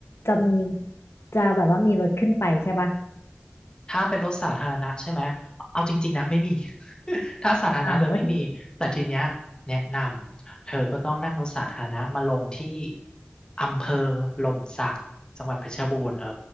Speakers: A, on the left; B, on the left.
A: จะมีจะแบบว่ามีรถขึ้นไปใช่ปะ
B: ถ้าเป็นรถสาธารณะใช่ไหมเอาจริงๆนะไม่มี <laughs> ถ้าสาธารณะเลยไม่มีแต่ทีเนี้ยแนะนำเธอก็ต้องนั่งรถสาธารณะมาลงที่
A: อ่าว
B: อำเภอหล่มสักจังหวัดเพชรบูรณ์เออ